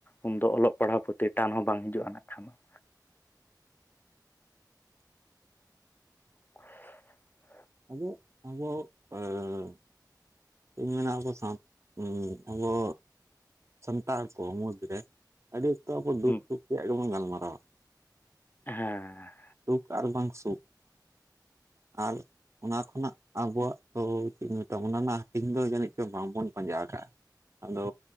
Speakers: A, on the left; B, on the right.
A: ᱩᱱ ᱫᱚ ᱚᱞᱚᱜ ᱯᱟᱲᱦᱟᱣ ᱯᱚᱛᱤ ᱴᱟᱱ ᱦᱚᱸ ᱵᱟᱝ ᱦᱤᱡᱩᱜᱼᱟ ᱱᱟᱜ ᱠᱷᱟᱱᱚᱜ <unintelligible>
B: <inaudible> ᱪᱮᱫᱤᱧ ᱢᱮᱱᱟ ᱟᱵᱚ ᱥᱟᱶ ᱟᱵᱚ ᱥᱟᱱᱛᱟᱲ ᱠᱚ ᱢᱩᱫᱽ ᱨᱮ ᱟᱹᱰᱤ ᱚᱠᱛᱚ ᱟᱵᱚ ᱫᱩᱠ
A: ᱦᱩᱸ
B: ᱥᱩᱠᱷ ᱨᱮᱭᱟᱜ ᱜᱮ ᱵᱚᱱ ᱜᱟᱞᱢᱟᱨᱟᱣᱟ᱾
A: ᱦᱮᱸ
B: ᱥᱩᱠ ᱟᱨ ᱵᱟᱝ ᱥᱩᱠ ᱟᱨ, ᱚᱱᱟ ᱠᱷᱚᱱᱟᱜ ᱟᱵᱚᱣᱟᱜ ᱫᱚ ᱪᱮᱫ ᱤᱧ ᱢᱮᱛᱟᱢ ᱚᱱᱟ ᱨᱮᱱᱟᱜ ᱦᱟᱹᱴᱤᱧ ᱫᱚ ᱡᱟᱹᱱᱤᱡ ᱪᱚ ᱵᱟᱝ ᱵᱚᱱ ᱯᱟᱸᱡᱟ ᱠᱟᱜᱼᱟ ᱾ ᱟᱫᱚ